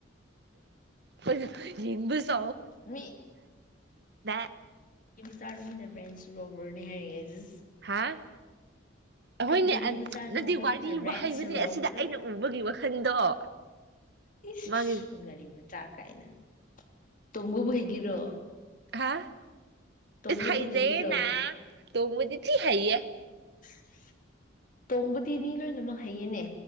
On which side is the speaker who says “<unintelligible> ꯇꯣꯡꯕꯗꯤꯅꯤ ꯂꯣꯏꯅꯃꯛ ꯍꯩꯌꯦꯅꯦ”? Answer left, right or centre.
Left